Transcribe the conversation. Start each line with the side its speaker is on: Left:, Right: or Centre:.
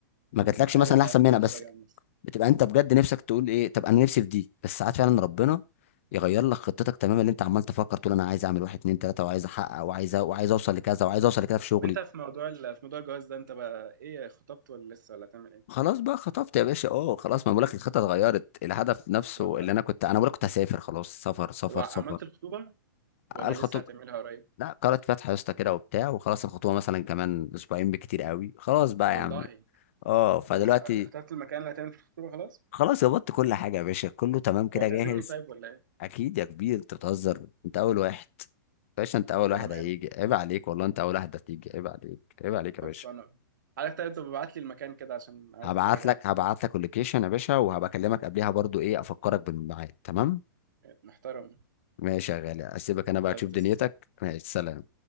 Left: ما جاتلكش
Right: ايوه
Left: مثلا
Right: ده
Left: احسن منها
Right: ده بتبقى
Left: بس
Right: جامد الصراحة.
Left: بتبقى انت بجد نفسك تقول ايه طب انا نفسي في دي بس ساعات فعلا ربنا يغير لك خطتك تماما اللي انت عمال تفكر تقول انا عايز اعمل واحد اتنين تلاته وعايز احقق وعايز وعايز اوصل لكذا وعايز اوصل لكذا في شغلي
Right: طب انت في موضوع ال... في موضوع الجواز ده انت بقى ايه خطبت ولا لسه ولا هتعمل ايه
Left: خلاص بقى خطفت يا باشا اه خلاص ما بقولك الخطه اتغيرت الهدف نفسه
Right: والله
Left: اللي انا كنت انا بقولك كنت هسافر خلاص سفر سفر
Right: طب عملت
Left: سفر
Right: الخطوبه ولا
Left: الخطوه
Right: لسه هتعملها قريب
Left: لا قرأت فاتحة يا اسطى كده وبتاع وخلاص الخطوبة مثلا كمان أسبوعين بكتير قوي خلاص بقى
Right: والله
Left: يا عم اه فدلوقتي
Right: طب وح- اخترت المكان اللي هتعمل في الخطوبه خلاص
Left: خلاص ظبطت كل حاجة يا باشا كله تمام كده
Right: طب هتعزمني
Left: جاهز
Right: طيب ولا ايه
Left: أكيد يا كبير أنت بتهزر أنت أول واحد يا باشا أنت أول
Right: بأمانة
Left: واحد هيجي عيب عليك والله أنت أول واحد هتيجي عيب عليك عيب عليك يا
Right: خلصانة
Left: باشا
Right: حضرتك طيب تبقى ابعت لي المكان كده عشان عايز
Left: هبعت
Right: اتفرج عليه
Left: لك هبعت لك اللوكيشن يا باشا وهبقى أكلمك قبليها برضو إيه أفكرك بالميعاد تمام
Right: إيه، محترم
Left: ماشي يا غالي أسيبك أنا
Right: خلاص
Left: بقى تشوف
Right: تسلم
Left: دنيتك ماشي سلام